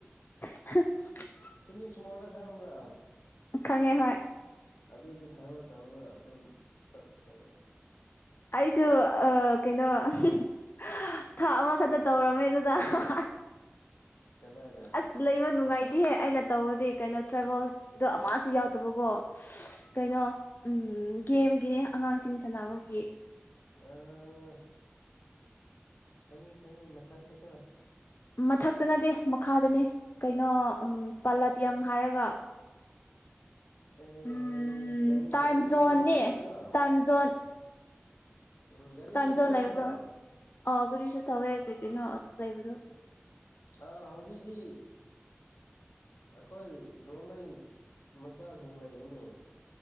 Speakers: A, on the left; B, on the left.
A: ꯍꯥ <unintelligible>
B: <unintelligible> ꯈꯪꯕ꯭ꯔꯥ
A: ꯈꯪꯉꯦ ꯍꯣꯏ
B: ꯑꯗꯨꯗꯤ ꯊꯕꯛ ꯇꯧꯔꯒ ꯑꯗꯨꯝ ꯆꯠꯈ꯭ꯔꯥꯕꯅꯦ
A: ꯑꯩꯁꯨ ꯑ ꯀꯩꯅꯣ ꯑꯍꯥꯍꯥ ꯑꯍꯥ ꯊꯥ ꯑꯃꯈꯛꯇ ꯇꯧꯔꯝꯃꯦ ꯑꯗꯨꯗ ꯍꯥꯍꯥꯍꯥ
B: ꯀꯗꯥꯏꯗ
A: ꯑꯁ ꯂꯩꯕ ꯅꯨꯡꯉꯥꯏ ꯇꯤꯍꯦ ꯑꯩꯅ ꯇꯧꯕꯗꯤ ꯀꯩꯅꯣ ꯇ꯭ꯔꯥꯏꯕꯦꯜꯗꯣ ꯑꯃꯁꯨ ꯌꯥꯎꯗꯕꯀꯣ ꯀꯩꯅꯣ ꯎꯝ ꯎꯝ ꯒꯦꯝꯒꯤꯅꯦ ꯑꯉꯥꯡꯁꯤꯡ ꯁꯥꯟꯅꯕꯒꯤ
B: ꯑꯥ ꯈꯪꯉꯤ ꯈꯪꯉꯤ ꯃꯊꯛꯇꯀꯣ
A: ꯃꯊꯛꯇ ꯅꯠꯇꯦ ꯃꯈꯥꯗꯅꯦ ꯀꯩꯅꯣ ꯄꯂꯥꯇꯤꯌꯝ ꯍꯥꯏꯔꯒ
B: ꯑꯦ
A: ꯎꯝ
B: ꯀꯔꯤ
A: ꯇꯥꯏꯝ
B: ꯒꯥꯔꯤ
A: ꯖꯣꯟꯅꯦ
B: ꯊꯧꯕꯒꯤꯗꯨꯔꯣ
A: ꯇꯥꯏꯝ ꯖꯣꯟ
B: ꯎꯝ ꯒꯥꯔꯤ
A: ꯇꯥꯏꯝ
B: ꯊꯧꯕꯩꯗꯨꯔꯣ
A: ꯖꯣꯟ ꯂꯩꯕꯗꯣ ꯑ ꯒꯥꯔꯤꯁꯨ ꯊꯋꯦ ꯀꯩ ꯀꯩꯅꯣ ꯑꯗꯨ ꯂꯩꯕꯗꯨ
B: ꯑꯥ ꯍꯧꯖꯤꯛꯗꯤ ꯑꯩꯈꯣꯏ ꯔꯣꯡꯃꯩ ꯃꯆꯥꯁꯤꯡ ꯂꯩꯕꯅꯦ